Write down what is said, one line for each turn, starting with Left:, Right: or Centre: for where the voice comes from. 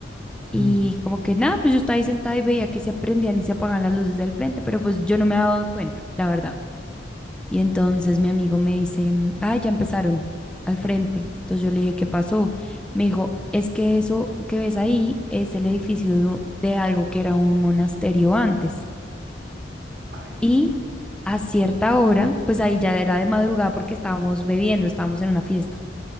Right: Mm.
Centre: Y como que nada, pues yo estaba ahí sentada y veía que se prendían y se apagaban las luces del frente, pero pues yo no me había dado cuenta, la verdad. Y entonces mi amigo me dice, mm, ah, ya empezaron al frente. Entonces yo le dije, ¿qué pasó? Me dijo, es que eso que ves ahí es el edificio de de algo que era un monasterio antes.
Right: Ay, no.
Centre: Y a cierta hora, pues ahí ya era de madrugada porque estábamos bebiendo, estábamos en una fiesta.